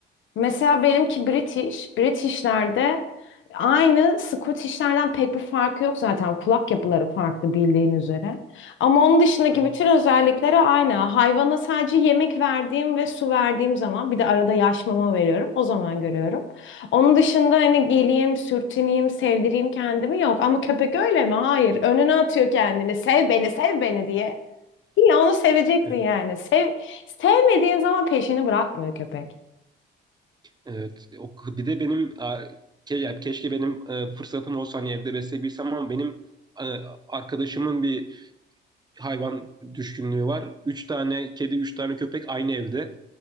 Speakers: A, on the left (about 75°); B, on the right (about 20°).
A: Mesela benimki British. British'lerde aynı Scottish'lerden pek bir farkı yok zaten. Kulak yapıları farklı bildiğin üzere. Ama onun dışındaki
B: Hı hı.
A: bütün özellikleri aynı. Hayvana sadece yemek verdiğim ve su verdiğim zaman bir de arada yaş mama veriyorum. O zaman görüyorum. Onun dışında hani geleyim, sürtüneyim, sevdireyim kendimi yok. Ama köpek öyle mi? Hayır. Önüne atıyor kendini. Sev beni, sev beni diye. Ya onu seveceksin
B: Evet.
A: yani. Sev, sevmediğin zaman peşini bırakmıyor köpek.
B: evet. O, bir de benim a, ke, ya keşke benim e, fırsatım olsa hani evde besleyebilsem ama benim e, arkadaşımın bir hayvan düşkünlüğü var. Üç tane kedi, üç tane köpek aynı evde.